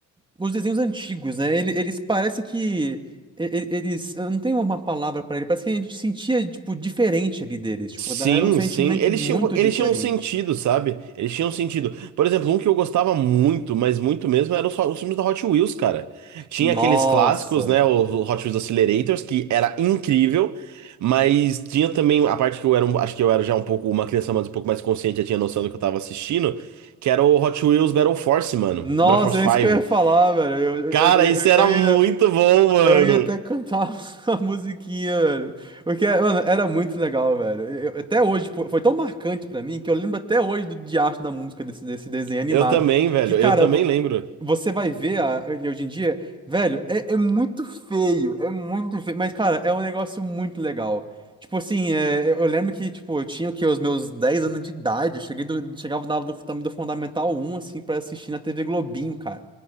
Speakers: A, on the right; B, on the right.
A: os desenhos antigos, né? Ele- Eles, parece que e- e- eles, eu não tenho uma palavra pra ele, parece que a gente sentia tipo diferente ali deles, tipo,
B: Sim,
A: da- era um sentimento
B: sim. Eles
A: muito
B: tinham, eles
A: diferente.
B: tinham um sentido, sabe? Eles tinham um sentido. Por exemplo, um que eu gostava muito, mas muito mesmo, eram os, os filmes da Hot Wheels, cara. Tinha
A: Nossa.
B: aqueles clássicos, né? O o Hot Wheels Accelerators, que era incrível. Mas tinha também a parte que eu era, um- acho que eu era já um pouco uma criança mais um pouco mais consciente, já tinha noção do que eu tava assistindo, que era o Hot Wheels Battle Force, mano.
A: Nossa,
B: Battle Force
A: é
B: 5.
A: isso que eu ia falar, velho. Eu, eu,
B: Cara,
A: eu,
B: isso
A: eu-
B: era
A: eu ia,
B: muito bom, mano.
A: eu ia até cantar <laughs> a musiquinha, velho. Porque, mano, era muito legal, velho. Eu- até hoje, tipo, foi tão marcante pra mim que eu lembro até hoje do diacho da música desse, desse desenho animado.
B: Eu também, velho.
A: Que, cara,
B: Eu também lembro.
A: Você vai ver a- ele hoje em dia, velho, é, é muito feio, é muito feio, mas, cara, é um negócio muito legal. Tipo assim, é, eu eu lembro que, tipo, eu tinha, o quê, os meus 10 anos de idade, eu cheguei do- chegava na aula do, funda- do Fundamental um, assim, pra assistir na TV Globinho, cara.